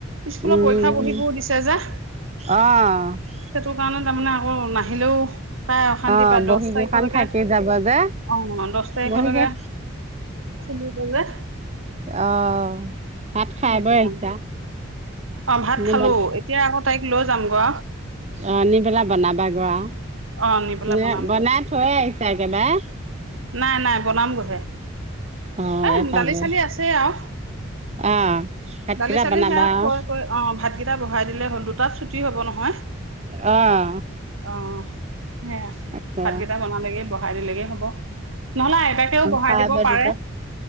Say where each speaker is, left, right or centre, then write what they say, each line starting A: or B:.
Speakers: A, on the right (about 75°); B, on the right (about 30°).
A: স্কুলত
B: উম
A: পৰীক্ষা পঢ়িবও দিছে যে সেইটো
B: অহ
A: কাৰণে তাৰমানে আকৌ নাহ <unintelligible> হেল্ল' তাই অশান্তি
B: অহ
A: পায়
B: বহী
A: দহ
B: কেইখন
A: তাৰিখলৈকে
B: থাকি যাব যে
A: অ দহ তাৰিখলৈকে
B: বহী কেই
A: খুলিব যে <unintelligible>
B: অ ভাত খাই
A: সেইটো
B: বৈ
A: কাৰণে
B: আহিছা
A: অ ভাত
B: নে
A: খালো এতিয়া আকৌ তাইক লৈ যাম গ <unintelligible>
B: অ নি পেলা বনাবা গোৱা
A: অ', নি পেলাই
B: ন
A: বনামগৈ
B: বনাই থৈ আহিছে এক একেবাৰে
A: নাই নাই বনাম গৈহে
B: অহ
A: <unintelligible> এ
B: এয়া পালো
A: দালি চালি আছে আৰু
B: অহ ভাতকেইটা
A: দালি চালি
B: বনাবা
A: সোত
B: আও
A: কৈ কৈ অ ভাতকেইটা বহাই দিলে হ'ল দুটাত চুটি হ'ব নহয় <unintelligible>
B: অহ
A: অ সেয়া
B: তাকে
A: ভাতকেইটা বনালেগে বস। বড়াই দিলেগে হব নহলে আইতাকেও বড়াই
B: খাই
A: দিব
B: বৈ
A: পাৰে।
B: তেতিয়া